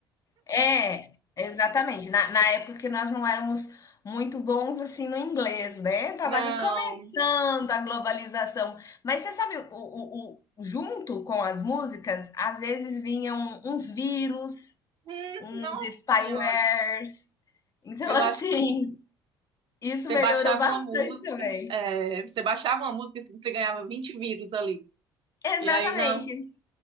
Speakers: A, on the left; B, on the right.
A: É, exatamente. Na, na época que nós não éramos muito bons assim no inglês, né? Tava
B: Não,
A: ali começando a globalização. Mas você sabe, o, o, o- junto com as músicas, às vezes vinham uns vírus,
B: hum,
A: uns
B: nossa
A: spywares.
B: senhora.
A: Então,
B: Eu
A: <laughs> assim,
B: acho que
A: isso
B: você
A: melhorou
B: baixava
A: bastante
B: uma música,
A: também.
B: é, você baixava uma música se você ganhava 20 vírus ali.
A: Exatamente.
B: E aí, não.